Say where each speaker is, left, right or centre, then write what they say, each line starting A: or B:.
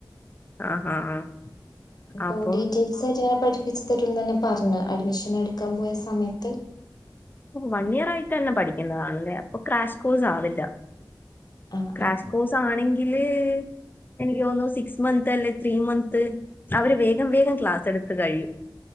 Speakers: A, on the left (about 25°); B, on the left (about 55°).
A: ആഹ് ആഹ് ആഹ്
B: അപ്പൊ
A: അപ്പം
B: ഡീറ്റെൽസ് ആയിട്ട് അങ്ങനെ പഠി തിരിച്ച് തെരൂന്നാ തന്നെയാ പറഞ്ഞേ അഡ്മിഷൻ എട്ക്കാൻ പോയാ സമയത്ത്
A: വൺ ഇയർ ആയിട്ട് തന്നെ പഠിക്കുന്നതാണല്ലേ അപ്പൊ ക്രാഷ് കോഴ്സ് ആവില്ല
B: ആഹ്
A: ക്രാഷ്കോസ്
B: ആഹ്
A: ആണെങ്കി ല് എനിക്ക് തോന്നുന്നു സിക്സ് മന്ത് അല്ലെ ത്രീ മന്ത് അവര് വേഗം വേഗം ക്ലാസ് എടുത്ത് കഴിയും